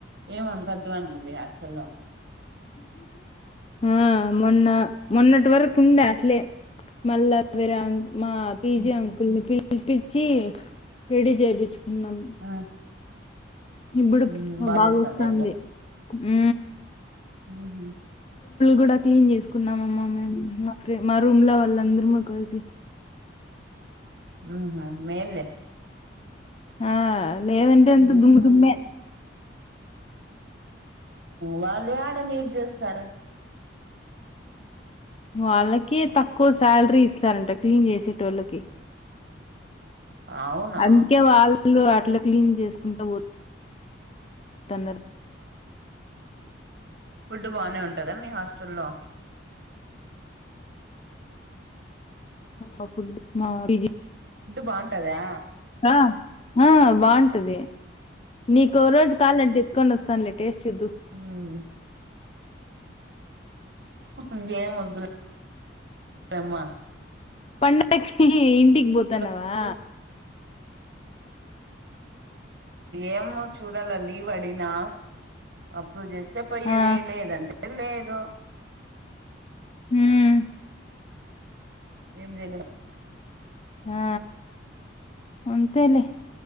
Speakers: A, on the right; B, on the left.
A: ఏమంత అద్దమానం ఉంది మీ హాస్టల్ లో
B: ఆ మొన్న మొన్నటి వరకు ఉండే అట్లే మల్ల వేరే ఆంగ్ మా పీజీ
A: ఉమ్,
B: అంకుల్ని పిలిపించి రెడీ చేయించుకున్నాం
A: ఆ
B: ఇప్పుడు
A: ఊహూ బాగా
B: బాగో
A: చేస్తాందా
B: వస్తుంది హ
A: ఉహా
B: కూడా క్లీన్ చేసుకున్నామమ్మా మే మా రూమ్ లో వాళ్ళ అందరము కలిసి
A: ఆహా మేలే
B: ఆ లేదంటే ఎంత
A: ఉమ్.
B: దుమ్ దమ్మే
A: వాళ్ళే ఆడ నీడు చేస్తారు
B: వాళ్ళకి తక్కువ శాలరీ ఇస్తారంట క్లీన్ చేసేటోల్లకి
A: అవునా
B: అందుకే వాళ్ళు అట్ అట్ల క్లీన్ చేసుకుంటూ పో తన్నర
A: ఫుడ్ బానే ఉంటదా మీ హాస్టల్లో
B: ఆ ఫడ్ మామూలుగే
A: ఫుడ్ బాగుంటదా
B: ఆ ఆ బాగుంటది నీకో రోజు కాలంటే తీస్కొనొస్తానులే టేస్ట్ చేద్దు.
A: ఉమ్ క మదుమ్మా
B: పండకొచ్చి ఇంటికి పోతన్నావా!
A: ఫుడ్ ఏమో చూడాలా లీవ్ అడినా అప్ప్రోవ్వ్ చేస్ ఇస్తే పోయేది
B: ఆ
A: లేదంటే లేదు.
B: హ్మ్మ్
A: ఏం చే
B: ఆ అంతేలే